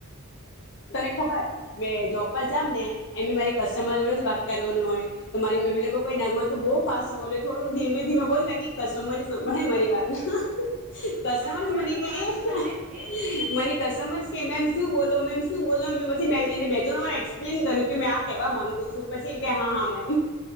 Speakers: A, on the left (about 55°); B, on the right (about 30°).
A: તને ખબર મે જોબ પર જામ ને એ મારી કસ્ટમર જોડે જ વાત કરવાનું હોય તો મારી મમ્મી લોકો કોઈ નગમ તું બહ ફાસ્ટ બો થોડું ધીમે ધીમે બોલતા તાકી કસ્ટમર ની સંભળાય મારી વાત. <unintelligible> કસ્ટમર
B: હા થોડું
A: જ મને
B: તો
A: કઈ
B: ફાસ્ટ
A: એ
B: બોલે છે
A: મને કસ્ટમરસ કે મેમ શું બોલો મેમ. <unintelligible> બોલછ પછી મે અને બે તન વાર એક્સપ્લેન કર્યું કે મે આ કેવા માંગુ છું પછી એમ કે હા હા મેમ.